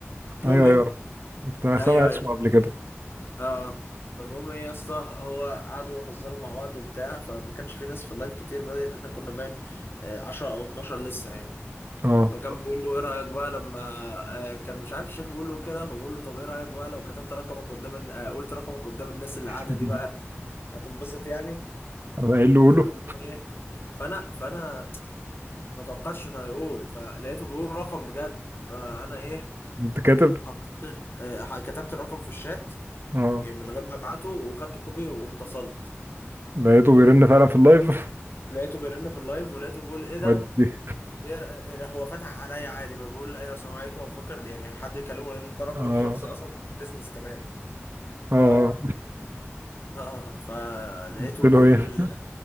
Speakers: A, on the left; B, on the right.
A: المهم
B: ايوه
A: يعني
B: ايوه كنت
A: ايوه
B: سامع
A: ايوه
B: اسمه قبل كده
A: اه فالمهم ايه يا اسطى هو قعدوا يهزروا مع بعض وبتاع فما كانش في ناس في اللايف كتير بدل احنا كنا باين آه، 10 او 12 لسه يعني
B: اه
A: فكان بيقول له ايه رايك بقى لما آه، كان مش عارف الشيخ بيقول له كده فبقول له طب ايه رايك بقى لو كتبت رقمك قدام الن- آه، قلت رقمك قدام الناس اللي
B: <laughs>
A: قاعده دي بقى هتنبسط يعني
B: انا قايل له قوله
A: فالمهم ايه فانا فانا ما توقعتش انه هيقول فلقيته بيقول رقم بجد فانا ايه
B: انت كاتب
A: حطيت آه، كتبت الرقم في الشات
B: اه
A: من غير ما ابعته وخدت كوبي واتصلت
B: لقيته بيرن فعلا في اللايف
A: لقيته بيرن في اللايف ولقيته بيقول ايه ده
B: <laughs> ودي
A: إيه إيه- هو فتح عليا عادي فبقول له ايوه السلام عليكم مفكر يعني حد يكلمه لان ده رقم
B: اه
A: الشخصي اصلا بيزنس كمان
B: اه
A: ف آه فلقيته
B: قلت له
A: بيقول
B: ايه